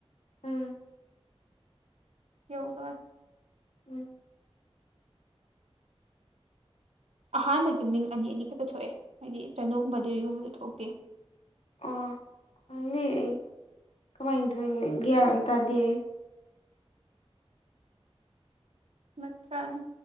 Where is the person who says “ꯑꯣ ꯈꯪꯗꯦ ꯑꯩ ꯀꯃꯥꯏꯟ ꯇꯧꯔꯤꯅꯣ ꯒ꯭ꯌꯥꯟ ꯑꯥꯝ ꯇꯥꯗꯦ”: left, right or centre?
Left